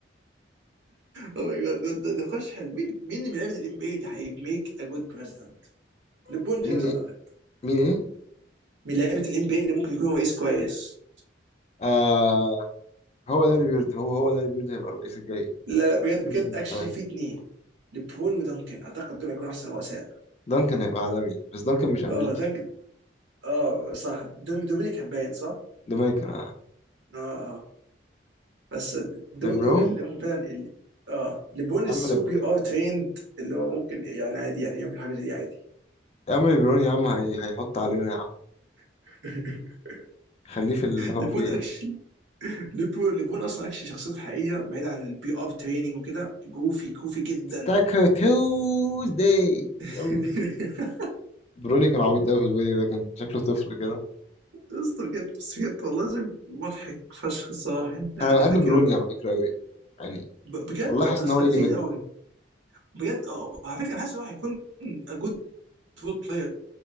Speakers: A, on the right; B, on the left.
A: او ماي جاد ده ده نقاش حلو مين مين من لعيبه الام بي اي اللي هيميك ا جود بريزدنت؟ ليبرون جيمس
B: مين ايه
A: اعتقد
B: مين ايه
A: من لعيبه الام بي اي اللي ممكن يكون هو ايس كويس
B: آه هو داري بيرد هو هو داري بيرد هيبقى الرئيس الجاي
A: لا لا بجد
B: ينزل
A: بجد
B: الانتخابات
A: اكشلي في اثنين ليبرون ودانكن اعتقد دول هيكونوا احسن رؤساء
B: دانكن هيبقى عالمي بس دانكن مش امريكي
A: اه دانكن اه صح دوم- دومينيكان باين صح؟
B: جامايكان آه.
A: اه اه بس دول
B: ليبرون
A: دول اللي هم فعلا ال- اه ليبرون
B: يا
A: السو
B: عم ليب-
A: بي ار تريند اللي هو ممكن يعني عادي يعني يعمل حاجه زي دي عادي
B: يا عم ليبرون يا عم هي... هيحط علينا يا عم
A: <laughs>
B: خليه في اللي هو
A: ليبرون
B: فيه
A: اكشلي ليبول ليبول اصلا اكشلي شخصيته الحقيقيه بعيد عن البي ار تريننج وكده جوفي جوفي جدا
B: ستاك تيوزداي
A: <laughs>
B: يلا بروني كان عبيط قوي في الفيديو ده كان شكله طفل كده
A: اسطى بجد بس بجد والله العظيم مضحك فشخ الصراحه يعني انا
B: انا
A: أنا
B: بحب
A: فاكر
B: بروني على فكره قوي يعني
A: ب- بجد
B: والله حاسس
A: اسطى
B: ان هو يجي
A: لذيذ
B: منه
A: قوي بجد اه على فكره انا حاسس ان هو هيكون a good role player